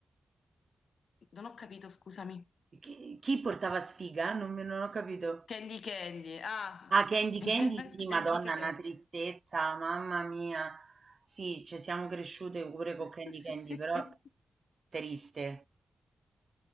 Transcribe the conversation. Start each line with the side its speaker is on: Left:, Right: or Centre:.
Left: Non ho capito, scusami.
Right: Chi, chi portava sfiga? Non, mi- non ho capito.
Left: Candy Candy. Ah,
Right: Ah, Candy
Left: <laughs> Candy
Right: Candy, sì, Madonna,
Left: Candy.
Right: una tristezza, mamma mia. Sì, ci siamo cresciute pure con
Left: <laughs>
Right: Candy Candy, però triste.